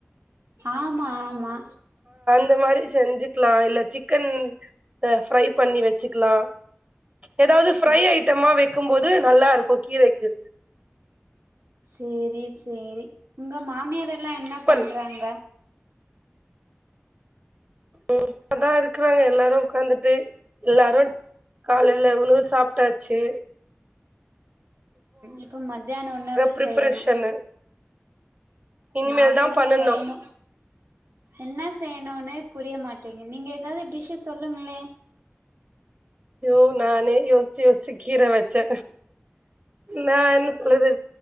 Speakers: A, on the right; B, on the right.
A: ஆமா ஆமா
B: இந்த மாரி செஞ்சுக்கலா இல்ல சிக்கன்த ஃப்ரை பண்ணி வச்சிக்கலா எதாவது
A: ச
B: ஃப்ரை ஐட்டமா வைக் இருக்கும்போது நல்லா இருக்கு கீரைக்கு
A: சேரி சேரி உங்க மாமியார ல்ல என்ன
B: ப்பல்
A: பண்றாங்க
B: ம் இப்பதா இருக்கறாங்க எல்லாரு உக்காந்துட்டு எல்லாரு காலையல உணவு சாப்பிட்டாச்சி
A: இப்ப மத்தியான உணவு
B: ப்ரிப்பரேஷனு
A: செய்யணு
B: இனிமேல்
A: நா
B: தா
A: கூட
B: பண்ணணு
A: செய்யனு என்ன செய்யனுனே புரியமாட்டீங் நீங்க எதாவது டிஷ்ஷு சொல்லுங்களே
B: யோ நானே யோசிச்சு யோசிச்சு கீர வச்சே நா என்ன சொல்றது